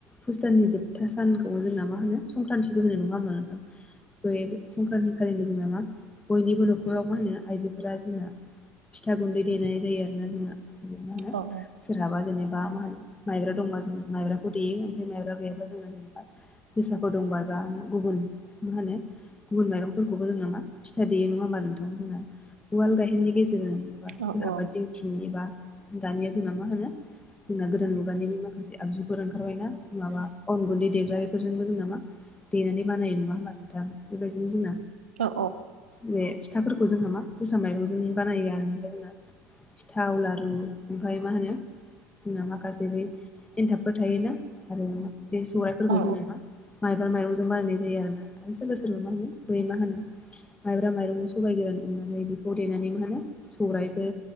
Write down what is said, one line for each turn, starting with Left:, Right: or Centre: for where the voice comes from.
Left: भुस्ताननि जोबथा सानखौ जोंना मा होनो संक्रान्तथिबो होनाय नङा होनबा‌ बे संक्रान्ति खालिनो जोंना मा बयनिबो न'खराव मा होनो आइजोफोरा जोंना फिथा गुन्दै देनाय जायो आरो ना जोंना ज मा होनो
Right: औ
Left: सोरहाबा जेनेबा मा होनो माइब्रा दंबा जों माइब्राखौ देयो माइब्रा गैयाबा जोङो जेनेबा जोसाफोर दंबा जा गुबुन मा होनो गुबुन माइरंफोरखौबो जों मां फिथा देयो नङा होमबा नोंथां। जोंना उवाल गाहेननि गेजेरजों एबा
Right: औ
Left: सोरहाबादि
Right: औ
Left: फिनिनि बा दानिया जोंना मा होनो जोंना गोदान मुगानि बे माखासे आगजुफोर ओंखारबाय न माबा अन गुन्दै देग्रा बेफोरजोंबो जों नामा देनानै बानायो नङा होमबा नोंथां। बेबायदिनो जोंना‌
Right: औ
Left: बे फिथाफोरखौ जोंहा मा जोसा माइरंजों बानायो आरो ओमफ्राय जोंना सिथाव लारु ओमफ्राय मा होनो जोंना माखासे बै एन्थाबफोर थायोना आरो बे सौराइफोरखौ
Right: औ
Left: जोहा माइब्रा माइरंजों बानायनाय जायो आरोना। आरो सोरबा सोरबा मा होनो बै मा होनो माइब्रा माइरं सबायाइ गोरान एवनानै बेखौ देनानै मा होनो सौरायबो